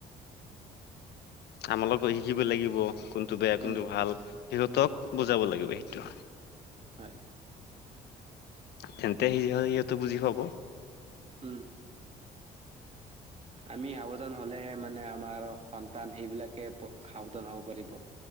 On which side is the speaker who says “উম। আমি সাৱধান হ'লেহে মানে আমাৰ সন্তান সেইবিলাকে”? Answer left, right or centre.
Right